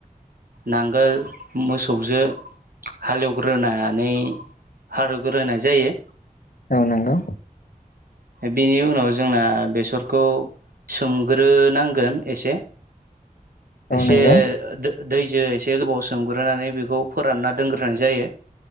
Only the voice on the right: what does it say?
नांगोल मोसौजो हालेवग्रोनानै हालवग्रोनाय जायो
बिनि उनाव जोंना बेसरखौ सोमग्रोनांगोन एसे
एसे
दैजो एसे गोबाव सोमग्रोनानै बेखौ फोरानना दोनग्रोनाय जायो